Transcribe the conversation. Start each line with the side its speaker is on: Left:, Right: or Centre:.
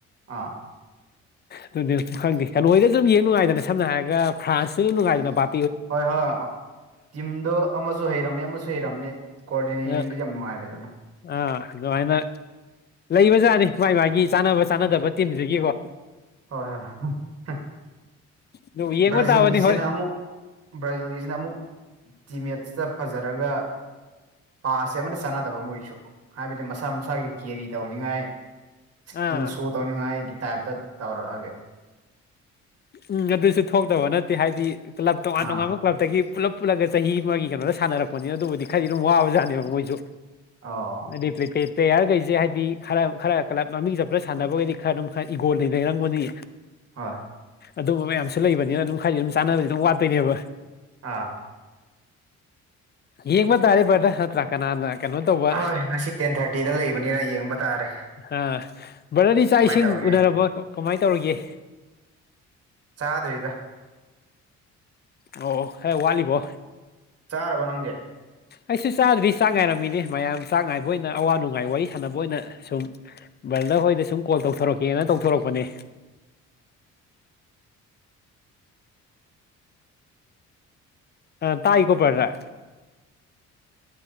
Right: ꯑꯥ
Left: ꯑꯗꯨꯗꯤ ꯈꯪꯗꯦ ꯀꯩꯅꯣꯗ ꯑꯗꯨꯝ ꯌꯦꯡ ꯅꯨꯡꯉꯥꯏꯗꯅ ꯁꯝꯅ ꯍꯥꯏꯔꯒ ꯐ꯭ꯔꯥꯟꯁꯇꯁꯨ ꯑꯗꯨꯝ ꯅꯨꯡꯉꯥꯏꯗꯅ ꯚ
Right: ꯍꯣꯏ ꯍꯣꯏ ꯇꯤꯝꯗꯣ ꯑꯃꯁꯨ ꯍꯩꯔꯝꯃꯦ ꯑꯃꯁꯨ ꯍꯩꯔꯝꯃꯦ ꯀꯣꯑꯣꯔꯗꯤꯅꯦꯁꯟꯗꯨ
Left: ꯑ
Right: ꯌꯥꯝ ꯅꯨꯡꯉꯥꯏꯔꯦꯗꯅ
Left: ꯑ ꯑꯗꯨꯃꯥꯏꯅ ꯂꯩꯕꯖꯥꯠꯅꯤ ꯃꯥꯥꯏ ꯃꯥꯒꯤ ꯆꯥꯟꯅꯕ ꯆꯥꯟꯅꯗꯕ ꯇꯤꯝꯁꯤꯒꯤꯀꯣ
Right: ꯍꯣꯏ ꯍꯣꯏꯣꯏ
Left: ꯑꯗꯨꯕꯨ ꯌꯦꯡꯕ
Right: ꯕ꯭ꯔꯥꯖꯤꯜꯒꯤꯁꯤꯅ
Left: ꯇꯥꯕꯅꯤ ꯍꯣꯏ
Right: ꯑꯃꯨꯛ ꯕ꯭ꯔꯥꯖꯤꯜꯒꯤꯁꯤꯅ ꯑꯃꯨꯛ ꯇꯤꯃꯦꯠꯁꯤꯇ ꯐꯖꯔꯒ ꯄꯁꯦ ꯑꯃꯠꯇ ꯆꯥꯟꯅꯗꯕ ꯑꯃ ꯑꯣꯏꯁꯨ ꯍꯥꯏꯕꯗꯤ ꯃꯁꯥ ꯃꯁꯥꯒꯤ ꯀꯦꯔꯤ ꯇꯧꯅꯤꯉꯥꯏ ꯏꯁꯀꯤꯜ
Left: ꯑꯥ
Right: ꯁꯣ ꯇꯧꯅꯤꯉꯥꯏ ꯇꯥꯏꯞ ꯇꯧꯔꯑꯒꯦ
Left: ꯎꯝ ꯑꯗꯨꯁꯨ ꯊꯣꯛꯇꯕ ꯅꯠꯇꯦ ꯍꯥꯏꯗꯤ ꯀ꯭ꯂꯕ ꯇꯣꯉꯥꯟ
Right: ꯑꯥ
Left: ꯇꯣꯉꯥꯟꯕ ꯀ꯭ꯂꯞꯇꯒꯤ ꯄꯨꯜꯂꯞ ꯄꯨꯜꯂꯒ ꯆꯍꯤ ꯑꯃꯒꯤ ꯀꯩꯅꯣꯗ ꯁꯥꯟꯅꯔꯛꯄꯅꯤꯅ ꯑꯗꯨꯕꯨꯗꯤ ꯈꯔꯗꯤ ꯑꯗꯨꯝ ꯋꯥꯕꯖꯥꯠꯅꯦꯕ ꯃꯣꯏꯁꯨ
Right: ꯑꯣ
Left: ꯑꯗꯤ ꯄꯔꯤꯛꯇ ꯄ꯭ꯂꯦꯌꯥꯔꯈꯩꯁꯦ ꯍꯥꯏꯗꯤ ꯈꯔ ꯈꯔ ꯀ꯭ꯂꯕ ꯃꯃꯤꯡ ꯆꯞꯄꯅ ꯁꯥꯟꯅꯕꯈꯩꯗꯤ ꯈꯔ ꯑꯗꯨꯝ ꯈꯔ ꯏꯒꯣꯜ ꯂꯩꯅꯩꯔꯪꯕꯅꯤ
Right: ꯍꯣꯏ
Left: ꯑꯗꯨꯝꯕ ꯃꯌꯥꯝꯁꯨ ꯂꯩꯕꯅꯤꯅ ꯑꯗꯨꯝ ꯈꯔꯗꯤ ꯑꯗꯨꯝ ꯆꯥꯅꯕꯗꯤ ꯑꯗꯨꯝ ꯋꯥꯠꯇꯣꯏꯅꯦꯕ
Right: ꯑꯥ
Left: ꯌꯦꯡ ꯃꯥ ꯇꯥꯔꯤꯕꯔ꯭ꯔ ꯍꯠꯇ꯭ꯔ ꯀꯅꯥꯥꯟ ꯀꯩꯅꯣ ꯇꯧꯕ
Right: ꯍꯣꯏ ꯉꯁꯤ ꯇꯦꯟ ꯊꯥꯔꯇꯤꯗ ꯂꯩꯕꯅꯤꯅ ꯌꯦꯡꯕ ꯇꯥꯔꯦ
Left: ꯑ ꯕ꯭ꯔꯗꯗꯤ ꯆꯥꯛ
Right: ꯀꯃꯥꯏꯅ
Left: ꯏꯁꯤꯡ
Right: ꯇꯧꯒꯦ
Left: ꯎꯅꯔꯕ ꯀꯃꯥꯏ ꯇꯧꯔꯤꯒꯦ
Right: ꯆꯥꯗ꯭ꯔꯤꯗ
Left: ꯎꯝ ꯑꯣ ꯈꯔ ꯋꯥꯠꯂꯤꯕꯣ
Right: ꯆꯥꯔꯕꯣ ꯅꯪꯗꯤ
Left: ꯑꯩꯁꯨ ꯆꯥꯗ꯭ꯔꯤ ꯆꯥꯛ ꯉꯥꯏꯔꯝꯃꯤꯅꯦ ꯃꯌꯥꯝ ꯆꯥꯛ ꯉꯥꯏꯕ ꯑꯣꯏꯅ ꯑꯋꯥ ꯅꯨꯡꯉꯥꯏ ꯋꯥꯔꯤ ꯁꯥꯟꯅꯕ ꯑꯣꯏꯅ ꯁꯨꯝ ꯕ꯭ꯔꯗ ꯍꯣꯏꯗ ꯁꯨꯝ ꯀꯣꯜ ꯇꯧꯊꯣꯔꯛꯀꯦꯅ ꯇꯧꯊꯣꯔꯛꯄꯅꯦ ꯑ ꯇꯥꯏ ꯀꯣꯄꯔ꯭ꯔ